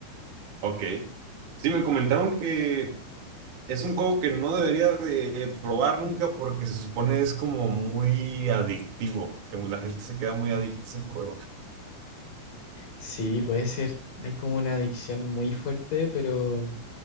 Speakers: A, on the right; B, on the left.
A: ok. Sí, me comentaron que Es un juego que no debería de probar nunca porque se supone es como muy adictivo, que la gente se queda muy adicta a ese juego.
B: Sí, puede ser. Hay como una adicción muy fuerte, pero